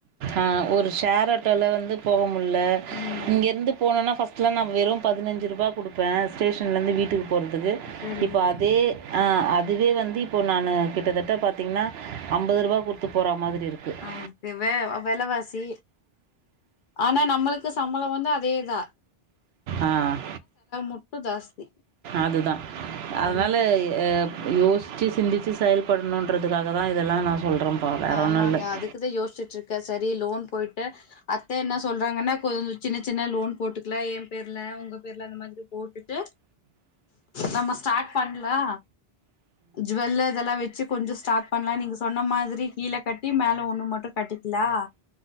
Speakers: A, on the right (about 80°); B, on the left (about 60°).
A: ஆஹ் ஒரு ஷேர் ஆட்டோல வந்து போக உள்ள
B: ம்
A: இங்க இருந்து போனோனா பர்ஸ்ட் ல நான் வெறும் பதினஞ்ரூபா குடுப்பேன் ஸ்டேஷன்லருந்து வீட்டுக்கு போகிறதுக்கு
B: சரிங்க
A: இப்போ அதே ஆஹ அதுவே வந்து இப்போ நான் கிட்டத்தட்ட பாத்தீங்கன்னா ஐம்பது ரூபா குடுத்து போற மாதிரி இருக்குது
B: ஆஹ் இதுவே விலவாசி ஆனா நான் நம்மளுக்கு சம்பளம் வந்து அதேதான்
A: ஆஹ்
B: மட்டு ஜாஸ்தி
A: அதுதான் அதனால
B: என்ன பண்றது
A: யோசி சிந்திச்சு சிந்திச்சு செயல்படணும்ன்றதுக்காக தான் இதெல்லாம் நான் சொல்கிறேன்ப்பா வேறு
B: ஆமாங்க
A: ஒன்றும் இல்லை
B: அதுக்குதா யோசிச்சுட்ருக்கே சரி லோன் போயிட்டு அத்த என்ன சொல்றாங்கனா கொஞ் சின்ன சின்ன லோன் போட்டுக்லா ஏன் பேர்ல உங்க பேர்ல அந்த மாதிரி போட்டுட்டு நம்ம ஸ்டார்ட் பண்லா ஜுவெல் இதுலெல்லா வெச்சு கொஞ்சோ ஸ்டார்ட் பண்லா நீங்க சொன்ன மாதிரி கீழ கட்டி மேல ஒண்ணு மட்டு கட்டிக்கலா